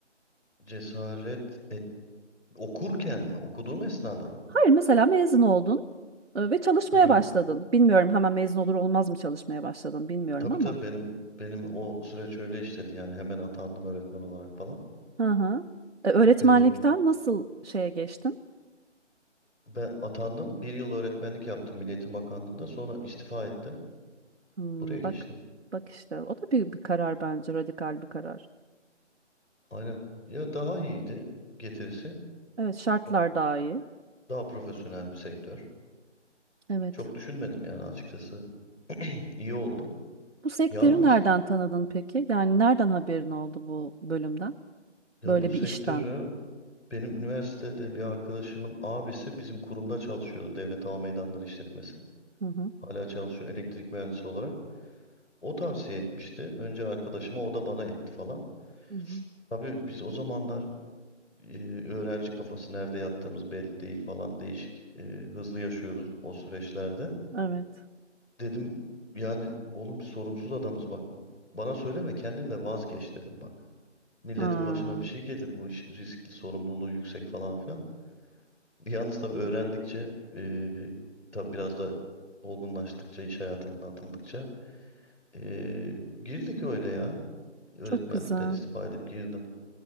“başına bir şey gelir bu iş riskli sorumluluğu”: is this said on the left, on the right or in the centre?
Left